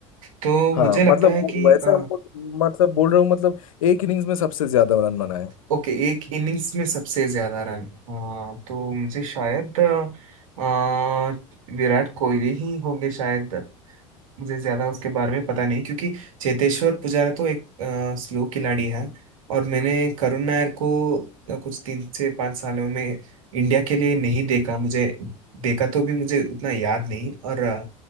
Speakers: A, on the right; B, on the left.
A: तो मुझे
B: हाँ
A: लगता
B: मतलब
A: है कि
B: वो- वैसा
A: अ,
B: वो- मतलब बोल रहा हूँ मतलब एक इनिंग्स में सबसे ज्यादा रन बनाए
A: ओके एक इनिंग्स में सबसे ज्यादा रन हाँ तो मुझे शायद अ, विराट कोहली ही होंगे शायद मुझे ज्यादा उसके बारे में पता नहीं क्योंकि चेतेश्वर पुजारा तो एक स्लो खिलाड़ी है और मैंने करुण नायर को अ, कुछ तीन से पाँच सालों में इंडिया के लिए नहीं देखा मुझे देखा तो भी मुझे उतना याद नहीं और अ,